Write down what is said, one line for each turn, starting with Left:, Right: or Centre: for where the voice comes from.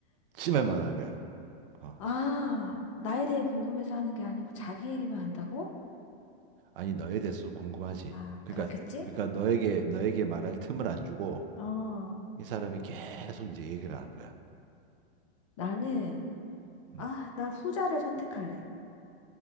Right: 지 말만
Left: <laughs>
Right: 하는 거야. 어,
Left: 아, 나에 대해 궁금해서 하는 게 아니고 자기 얘기만 한다고?
Right: 아니, 너에 대해서 궁금하지.
Left: 아,
Right: 그러니까,
Left: 그렇겠지?
Right: 그러니까 너에게, 너에게 말할 틈을 안 주고,
Left: 어.
Right: 이 사람이 계속 이제 얘기를 하는 거야.
Left: 나는,
Right: 음.
Left: 아, 나 후자를 선택할래.